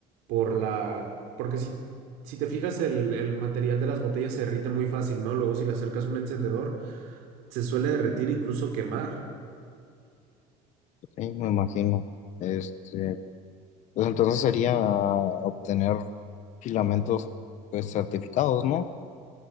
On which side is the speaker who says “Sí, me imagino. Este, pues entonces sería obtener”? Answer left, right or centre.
Left